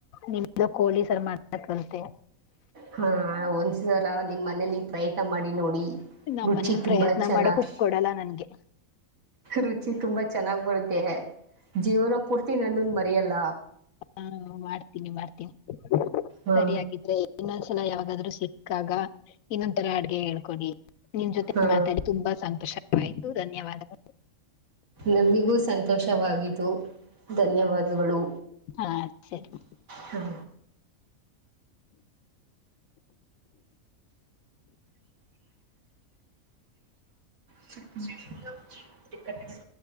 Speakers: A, on the left (about 75°); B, on the right (about 70°).
A: ನಿಮ್ದು ಕೋಳಿ ಸರ್ ಮಾಡತಂತೆ.
B: ಹಾ ಒಂದ್ ಸಲ ನಿಮ್ಮ್ ಮನಲಿ ಪ್ರಯತ್ನ ಮಾಡಿ ನೋಡಿ.
A: ನಮ್ಮ್
B: ರುಚಿ
A: ಮನೇಲಿ
B: ತುಂಬಾ
A: ಪ್ರಯತ್ನ
B: ಚೆನ್ನಾಗ್
A: ಮಾಡೋಕ್ ಕುಕ್ಕ ಕೊಡಲ್ಲ ನನ್ಗೆ.
B: ರುಚಿ ತುಂಬಾ ಚೆನ್ನಾಗ್ ಬರುತ್ತೆ. ಜೀವನ ಪೂರ್ತಿ ನ್ನನ್ ಮರ್ಯಲ್ಲ.
A: ಹಾ ಮಾಡ್ತೀನಿ ಮಾಡ್ತೀನಿ
B: ಹಾ
A: ಸರಿಯಿದ್ರೆ. ಇನ್ನೊಂದ್ಸಲ ಯಾವಾಗಾದ್ರು ಸಿಕ್ಕಾಗ. ಇನ್ನೊಂದ ತರ ಅಡ್ಗೆ ಹೇಳ್ಕೊಡಿ ನಿಮ್ ಜೊತೆ
B: ಹಾ
A: ಮಾತಾಡಿ ತುಂಬಾ ಸಂತೋಷವಾಯ್ತು ಧನ್ಯವಾದಗಳು.
B: ನಮಿಗೂ ಸಂತೋಷವಿತು ಧನ್ಯವಾದಗಳು.
A: ಹಾ ಸರಿ
B: ಹ್ಮ <unintelligible>